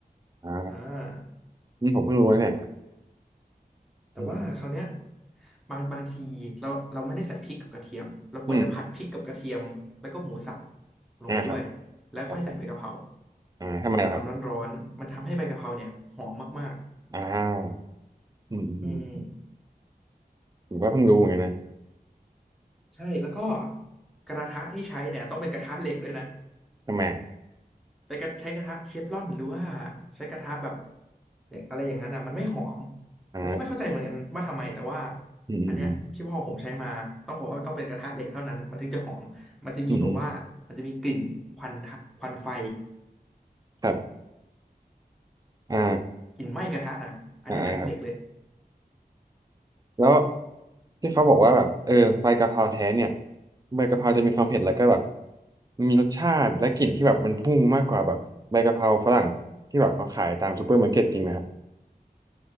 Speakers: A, on the right; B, in the centre.
A: อ่า
B: อ่า
A: อืมผมเพิ่งรู้เลยเนี่ย
B: แต่ว่าคราวเนี้ย
A: อืม
B: บางบางทีเราเราไม่ได้ใส่พริกกับกระเทียมเราควรจะผัดพริกกับกระเทียมแล้วก็หมูสับ
A: อืม
B: ลงไปด้วย
A: อ่าครับ
B: แล้วค่อยใส่ใบกะเพรา
A: ครับผมอ่าทำไมล่ะครับ
B: ตอนร้อนๆมันทำให้ใบกะเพราเนี่ยหอมมาก
A: อ้าวอืมอืมอืม
B: ๆอืม
A: ผมก็เพิ่งรู้เหมือนกันนะ
B: ใช่แล้วก็กระทะที่ใช้เนี่ยต้องเป็นกระทะเหล็กด้วยนะ
A: ทำไมอ่ะ
B: แต่กระใช้กระทะเชฟรอนหรือว่าใช้กระทะแบบเนี่ยอะไรอย่างนั้นอ่ะมันไม่หอม
A: อ่า
B: ผมก็ไม่เข้าใจเหมือนกันว่าทำไมแต่ว่า
A: อืมอืมอืม
B: อันเนี้ยที่พ่อผมใช้มาต้องบอกว่าต้องเป็นกระทะเหล็กเท่านั้นมันถึงจะหอมมันจะมีแบบว่ามันจะมีกลิ่นควันทะควันไฟ
A: อืมอืมครับอ่า
B: กลิ่นไหม้กระทะนะอันเนี้ยเป็นเด็กเลย
A: อ่าครับ แล้วที่เขาบอกว่าแบบเออใบกะเพราแท้เนี่ยใบกะเพราจะมีความเผ็ดแล้วก็แบบมีรสชาติและกลิ่นที่แบบมันพุ่งมากกว่าแบบใบกะเพราฝรั่งที่แบบเขาขายตามซูเปอร์มาร์เก็ตจริงไหมครับ